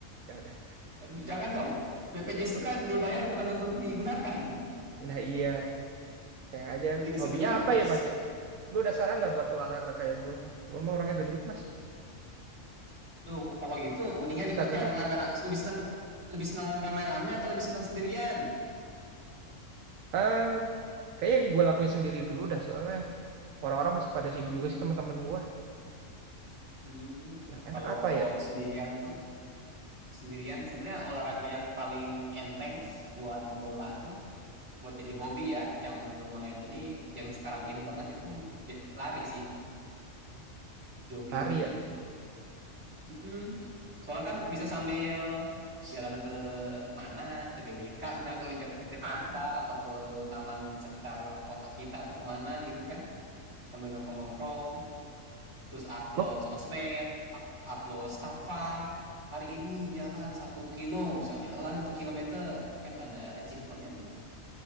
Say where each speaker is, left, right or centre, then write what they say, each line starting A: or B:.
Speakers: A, on the right; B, on the right.
A: jangan deh.
B: Aduh, jangan dong. BPJS itu kan dibayar bukan untuk digunakan.
A: Nah, iya. Sayang aja.
B: Mending usah
A: Hobinya
B: digunakan.
A: apa ya, Mas? ya? Lu ada saran nggak buat olahraga kayak gue, mah? Gue mah orangnya gendut, Mas.
B: Duh, kalau gitu mendingan
A: Susah
B: ikut
A: gerak.
B: yang rame-rame. Lebih seneng lebih seneng rame-rame atau lebih seneng sendirian?
A: Em, kayaknya yang gue lakuin sendiri dulu dah, soalnya orang-orang masih pada sibuk juga sih teman-teman gue.
B: Hmm,
A: Yang enak
B: kalau
A: apa ya?
B: sendirian tuh sendirian sebenarnya olahraga yang paling enteng buat pemula tuh buat jadi hobi ya yang lumayan ini yang sekarang in banget itu ya, lari sih jogging
A: Lari
B: gitu
A: ya.
B: Mm-mm. Soalnya kan bisa sambil jalan ke mana, ke GBK, misalnya kalau di Jak- Jakarta atau ke taman sekitar kota kita atau kemana gitu kan, sambil nongkrong-nongkrong, terus upload
A: Gue
B: sosmed, up- upload Starva, hari ini jalan satu kilo misalnya, lari satu kilometer, kan ada achievementnya tuh.